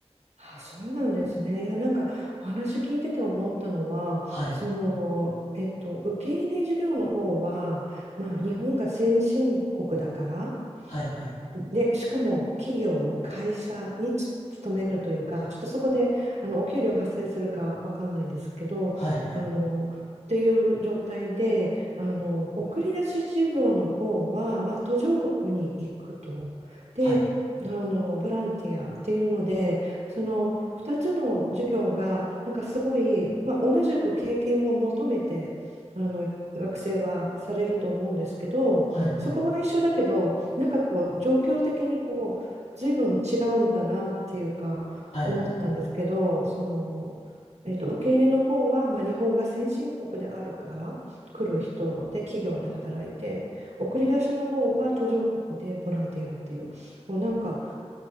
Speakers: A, on the right; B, on the left.
A: あ、そうなんですね。いや、なんかお話聞いてて思ったのは、
B: はいはい。
A: その、えっと、受け入れ事業の方は、まあ、日本が先進国だから、
B: はいはい。
A: で、しかも企業、会社につ勤めるというか、ちょっとそこであのお給料発生するかわかんないんですけど、
B: はいはい。
A: あのっていう状態で、あの送り出し事業の方は、まあ、途上国に行くと。で、
B: はい。
A: あのボランティアっていうので、その2つの事業がなんかすごい、まあ、同じく経験を求めてあの学生はされると思うんですけど、
B: はいはい。
A: そこは一緒だけど、なんかこう、状況的にこう、随分違うんだなっていうか、
B: はいはいはい。
A: 思ったんですけど、その、えっと、受け入れの方は、まあ、日本が先進国であるから来る人で企業で働いて送り出しの方は途上国でボランティアっていうこうなんか